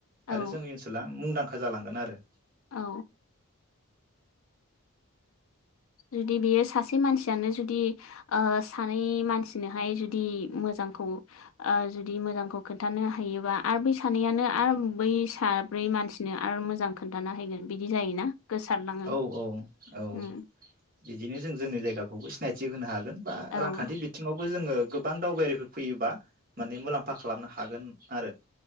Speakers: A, on the left; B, on the right.
A: औ
B: आरो जोंनि ओनसोला मुंदांखा खा जालांगोन आरो।
A: औ। जुदि बेयो सासे मानसियानो जुदि ओ सानै मानसिनोहाय जुदि मोजांखौ ओ जुदि मोजांखौ खोन्थानो हायोबा आरो बै सानैयानो आरो बै साब्रै मानसिनो आरो मोजां खोन्थाना हैगोन बिदि जायोना। गोसारलाङो
B: औ औ औ।
A: उम
B: बिदिनो जों जोंनि जायगाखौबो सिनायथि होनो हाद बा
A: औ
B: रांखान्थि बिथिङाव बो जोङो गोबां दावबायारिफोर फैयोबा माने मुलाम्फा खालामनो हागोन आरो।